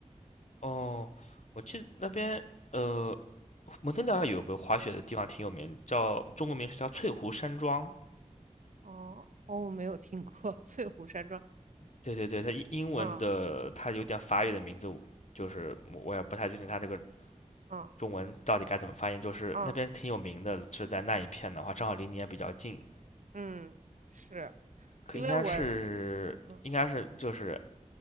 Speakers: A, on the left (about 65°); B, on the right (about 80°).
A: 哦，我记得那边呃，蒙特利尔有个滑雪的地方挺有名，叫中文名是叫翠湖山庄。
B: 哦哦，我没有听过翠湖山庄。
A: 对对对，它英英文的，
B: 嗯
A: 它有点法语的名字，就是我我也不太确定它这个
B: 嗯
A: 中文到底该怎么发音？就是那边挺有名的，
B: 嗯
A: 是在那一片的话，正好离你也比较近，
B: 嗯，是
A: 可应该是应该是就是
B: 因为我嗯